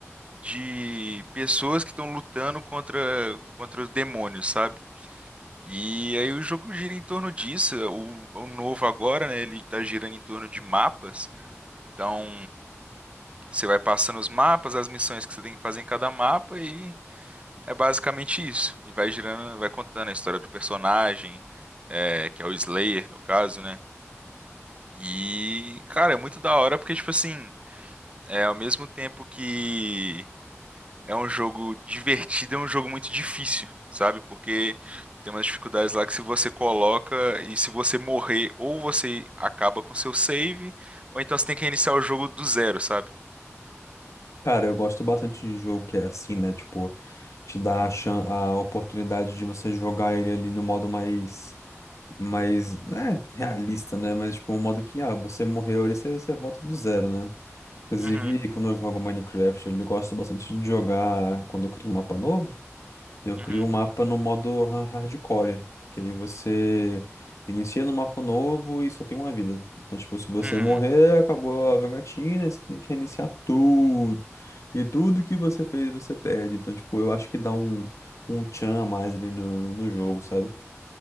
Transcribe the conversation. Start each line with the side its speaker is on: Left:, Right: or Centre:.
Right: de pessoas que estão lutando contra, contra os demônios, sabe? E aí o jogo gira em torno disso. O, o novo agora, né? Ele tá girando em torno de mapas. Então você vai passando os mapas, as missões que você tem que fazer em cada mapa e é basicamente isso. E vai girando, vai contando a história do personagem, é, que é o Slayer, no caso, né? E, cara, é muito da hora porque, tipo assim, é ao mesmo tempo que é um jogo divertido, é um jogo muito difícil, sabe? Porque tem umas dificuldades lá que se você coloca e se você morrer, ou você acaba com seu save, ou então você tem que reiniciar o jogo do zero, sabe?
Left: Cara, eu gosto bastante de jogo que é assim, né? Tipo, te dá a, chan a oportunidade de você jogar ele ali no modo mais, mais, né, realista, né? Mas, tipo, um modo que, ah, você morreu ali, você, você volta do zero, né? Inclusive,
Right: Uhum,
Left: quando eu jogo Minecraft, ali, eu gosto bastante de jogar quando eu crio um mapa novo. Eu
Right: uhum,
Left: crio um mapa no modo ha- hardcore, porque aí você inicia no mapa novo e só tem uma vida. Então, tipo, se você
Right: uhum.
Left: morrer, acabou a jogatina, e você tem que reiniciar tudo. E tudo que você fez, você perde. Então, tipo, eu acho que dá um, um tchan a mais ali no, no jogo, sabe?